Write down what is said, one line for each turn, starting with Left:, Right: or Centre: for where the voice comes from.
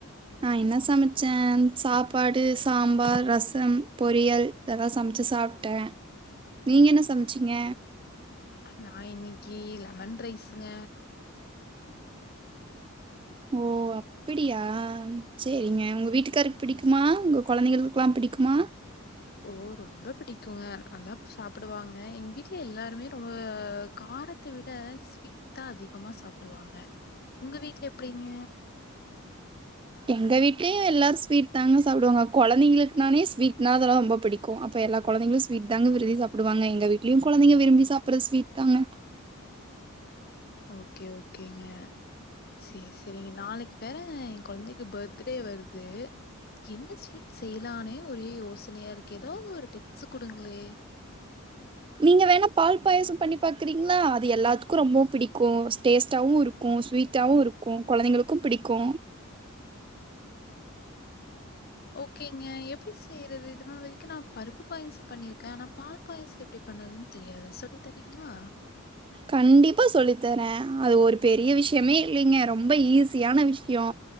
Right: நான் என்ன சமச்சேன் சாப்பாடு சாம்பார் ரசம் பொரியல் இதெல்லாம் சமச்சு சாப்டேன் நீங்க என்ன சமச்சீங்க
Left: நான் இன்னைக்கு லெமன் ரைஸுங்க
Right: ஓ ஆ அப்டியா சேரிங்க உங்க வீட்டுக்காருக்கு பிடிக்குமா உங்க கொழந்தைகளுக்குலாம் புடிக்குமா
Left: ஓ ரொம்ப புடிக்குங்க நல்லா சாப்பிடுவாங்க எங்க வீட்ல எல்லாருமே ரொம்ப கார த்த விட ஸ்வீட் தா அதிகமா சாப்பிடுவாங்க உங்க வீட்ல எப்படிங்க <inaudible>
Right: எங்க வீட்லயு எல்லார ஸ்வீட் தாங்க சாப்டுவாங்க கொழந்தைங்களுக்கு நாளே ஸ்வீட்னா அதெல்லாம் ரொம்ப புடிக் கும் அப்ப எல்லா குழந்தைகளும் ஸ்வீட் தாங்க விரும்பி சாப்படுவாங்க எங்க வீட்லயு குழந்தைங்க விரும்பி சாப்பிடறது ஸ்வீட் தாங்க
Left: ஓகே ஓகேங்க சேரி சேரிங்க நாளைக்கு வேற என் குழந்தைக்கு பர்த்டே வருது எந்த ஸ்வீட் செய்யலானே ஒரே யோசனையா இருக்கு ஏதாவது ஒரு டிப்ஸ் கொடுங்களே <inaudible>
Right: நீங்க வேணா பால் பாயசம் பண்ணி பாக்றீங்களா அது எல்லாத்துக்கும் ரொம்ப பிடிக்கும் டேஸ்ட்டாவும் இரு க்கும் ஸ்வீட்டாவு இருக்கு கொழந்தைங்களுக்கு பிடிக்கு
Left: ஓகேங்க எப்டி செய்றது இதுநாள் வரைக்கு நா பருப்பு பாயசோ பண்ணிருக்கே ஆனா பால் பாயாசோ எப்டி பண்ணதுன் தெரியாது சொல்லி தரீங்களா
Right: கண்டிப்பா சொல்லி தர அது ஒரு பெரிய விஷயமே இல்லைங்க ரொம்ப ஈஸியான விஷயோ